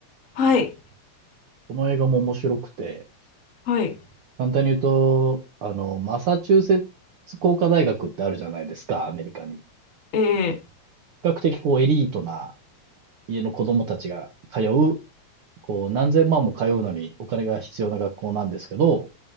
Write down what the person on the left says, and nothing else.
はい。
はい。
え